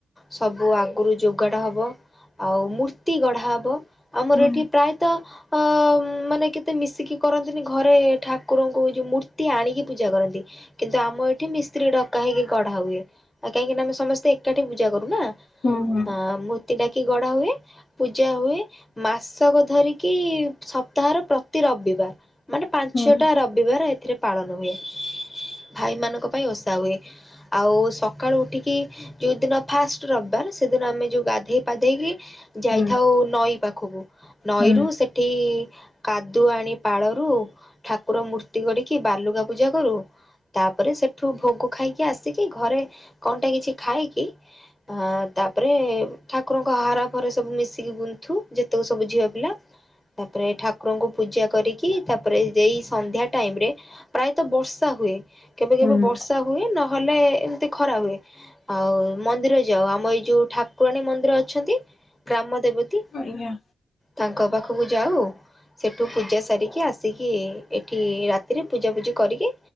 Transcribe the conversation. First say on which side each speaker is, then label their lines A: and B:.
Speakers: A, on the left; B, on the left.
A: ସବୁ ଆଗ ଗୁରୁ ଯୋଗାଡ଼ ହେବ। ଆଉ ମୂର୍ତ୍ତି ଗଢା ହବ, ଆମର
B: ହୁଁ
A: ଏଠି ପ୍ରାୟତଃ ଅ ମାନେ କେତ ମତେ ମିଶିକି କରନ୍ତିନି ଘରେ ଠାକୁରଙ୍କୁ ଯୋଉ ମୂର୍ତ୍ତି ଆଣିକି ପୂଜା କରନ୍ତି। କିନ୍ତୁ ଆମ ଏଠି ମିସ୍ତ୍ରୀ ଡକା ହେଇକି ଗଢା ହୁଏ, ଆଉ କାହିଁକି ନା ଆମ ସମସ୍ତେ ଏକାଠି ପୂଜା କରୁନା।
B: ହୁଁ ହୁଁ।
A: ଅ ମୂର୍ତ୍ତି ଡାକି ଗଢ଼ା ହୁଏ। ପୂଜା ହୁଏ, ମାସକ ଧରିକି ସପ୍ତାହର ପ୍ରତି ରବିବାର ମାନେ ପାଞ୍ଚଟା
B: ହୁଁ
A: ରବିବାର ଏଥିରେ ପାଳନ ହୁଏ ଭାଇ ମାନଙ୍କ ପାଇଁ ଓଷା ହୁଏ। ଆଉ ସକାଳୁ ଉଠିକି ଯୋଉ ଦିନ ଫାଷ୍ଟ ରବିବାର ସେଦିନ ଆମେ ଯୋଉ ଗାଧେଇ ପାଧେଇକି ଯାଇଥାଉ
B: ହୁଁ।
A: ନଈ ପାଖକୁ ନଈରୁ
B: ହୁଁ
A: ସେଠି କାଦୁଅ ଆଣି ପାଳରୁ ଠାକୁର ମୂର୍ତ୍ତି କରିକି ବାଲୁକା ପୂଜା କରୁ ତାପରେ ସେଠୁ ଭୋଗ ଖାଇକି ଆସିକି ଘରେ କଣଟା କିଛି ଖାଇକି ହଁ ତା ତାପରେ ଠାକୁରଙ୍କ ହାର ଫାର ସବୁ ମିଶିକି ଗୁନ୍ଥୁ ଯେତକ ସବୁ ଝିଅ ପିଲା। ତାପରେ ଠାକୁରଙ୍କୁ ପୂଜା କରିକି ତାପରେ ଏଇ ସନ୍ଧ୍ୟା ଟାଇମ ରେ ପ୍ରାୟତଃ ବର୍ଷା ହୁଏ କେବେ
B: ହୁଁ।
A: କେବେ ବର୍ଷା ହୁଏ ନହେଲେ ଏମିତି ଖରା ହୁଏ। ଆଉ ମନ୍ଦିର ଯାଉ ଆମ ଏଇ ଯୋଉ ଠାକୁରାଣୀ ମନ୍ଦିର ଅଛନ୍ତି ଗ୍ରାମ ଦେବତୀ।
B: ଆଜ୍ଞା।
A: ତାଙ୍କ ପାଖକୁ ଯାଉ ସେଠୁ ପୂଜା ସାରିକି ଆସିକି ଏଠି ରାତିରେ ପୂଜା ପୂଜି କରିକି